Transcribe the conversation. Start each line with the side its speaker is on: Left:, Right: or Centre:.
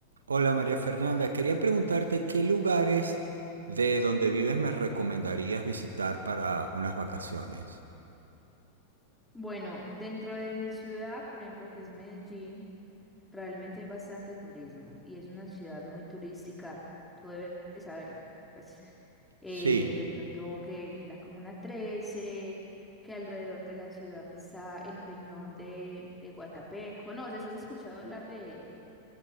Right: Hola María Fernanda, quería preguntarte qué lugares de donde vives me recomendarías visitar para unas vacaciones.
Centre: Bueno, dentro de mi ciudad, por ejemplo, que es Medellín, realmente hay bastante turismo y es una ciudad muy turística. Tú debes saberlo. Pues eh,
Right: Sí.
Centre: de pronto que, que la Comuna 13, que alrededor de la ciudad que está el Peñón de, de Guatapé. ¿Conoces? ¿Has escuchado hablar de él?